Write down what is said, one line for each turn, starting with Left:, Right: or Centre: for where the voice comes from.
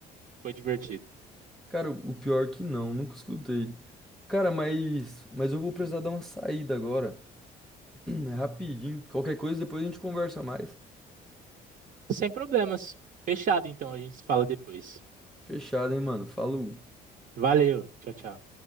Right: Foi divertido.
Centre: Cara, o pior que não, nunca escutei. Cara, mas, mas eu vou precisar dar uma saída agora. <clears throat> É rapidinho. Qualquer coisa depois a gente conversa mais.
Right: Sem problemas. Fechado, então, a gente se fala depois.
Centre: Fechado, hein, mano? Falou.
Right: Valeu, tchau, tchau.